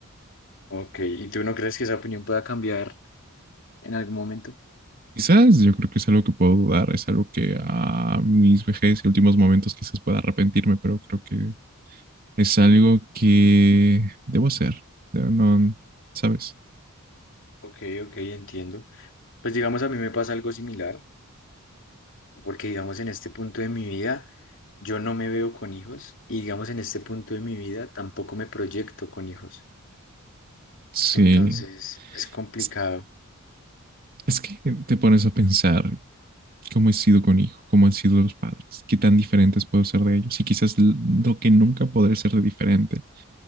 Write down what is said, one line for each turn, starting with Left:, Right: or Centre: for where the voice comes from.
Left: ok, ¿y tú no crees que esa opinión pueda cambiar en algún momento?
Right: Quizás yo creo que es algo que puedo dudar, es algo que a mis vejez y últimos momentos quizás pueda arrepentirme, pero creo que es algo que debo hacer. Debo- No, ¿sabes?
Left: Ok, ok, entiendo. Pues digamos, a mí me pasa algo similar, porque digamos, en este punto de mi vida, yo no me veo con hijos y digamos, en este punto de mi vida tampoco me proyecto con hijos.
Right: Sí.
Left: Entonces es complicado.
Right: Es, es que te pones a pensar cómo he sido con hijo, cómo han sido los padres, qué tan diferentes puedo ser de ellos y quizás l- lo que nunca podré ser de diferente